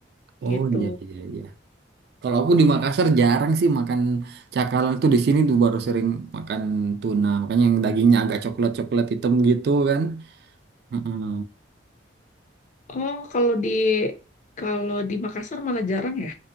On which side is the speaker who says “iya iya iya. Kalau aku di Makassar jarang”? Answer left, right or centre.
Right